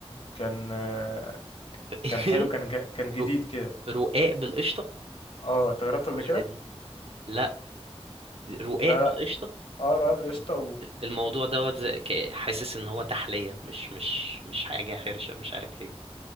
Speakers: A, on the left; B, on the right.
A: كان آه،
B: <laughs>
A: كان حلو كان ج- كان جديد
B: رو-
A: كده
B: رقاق بالقشطه
A: اه انت جربته
B: جديده
A: قبل كده
B: دي لا رقاق
A: لا
B: بالقشطه
A: لا اه رقاق بالقشطة
B: الموضوع دوت زي- ك- حاسس ان هو تحلية مش مش مش حاجة حرشة مش عارف ليه